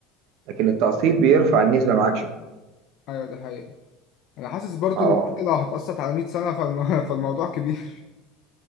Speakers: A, on the right (about 60°); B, on the left (about 50°).
A: لكن التقسيط بيرفع النسبه معاك شويه
B: ايوه دي حقيقة انا حاسس برضو
A: مع
B: ان
A: بعض
B: انت لو هتقسط على 100 سنة فالم... <laughs> فالموضوع كبير